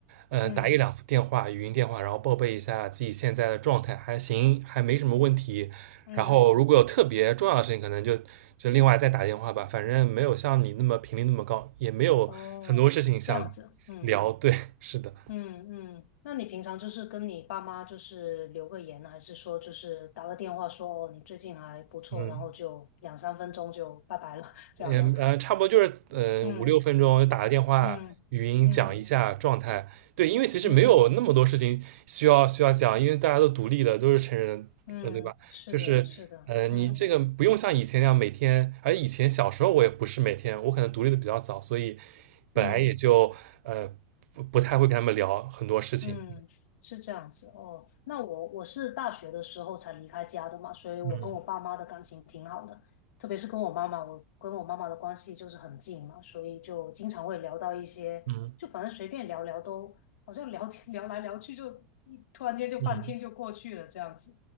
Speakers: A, on the right; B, on the left.
A: 呃，
B: 嗯
A: 打一两次电话，语音电话，然后报备一下自己现在的状态，还行，还没什么问题。
B: 嗯，
A: 然后如果有特别重要的事情，可能就就另外再打电话吧。反正没有像你那么频率那么高，也没有很多事情想
B: 哦，这样子，嗯。
A: 聊。对，是的，
B: 嗯嗯，那你平常就是跟你爸妈就是留个言，还是说就是打个电话说哦你最近还不错，
A: 嗯。
B: 然后就两三分钟就拜拜了，<laughs> 这样吗？
A: 也呃，差不多就是嗯呃五六分钟打个电话，
B: 嗯嗯嗯
A: 语音讲一下状态。对，因为其实没有那么多事情需要需要讲，
B: 嗯
A: 因为大家都独立了，都是成人了，
B: 嗯，
A: 对吧？
B: 嗯是的，
A: 就是呃，
B: 是的，嗯
A: 你这个不用像以前那样每天，而以前小时候我也不是每天，我可能独立的比较早，所以本来也就呃不不太会跟他们聊很多事情。
B: 嗯。嗯，是这样子哦。那我我是大学的时候才离开家的嘛，所以我跟我爸妈的感情挺好的，
A: 嗯
B: 特别是跟我妈妈，我跟我妈妈的关系就是很近嘛，所以就经常会聊到一些，
A: 嗯
B: 就反正随便聊聊都，好像聊天 <laughs> 聊来聊去就一突然间就半天就过去了，
A: 嗯
B: 这样子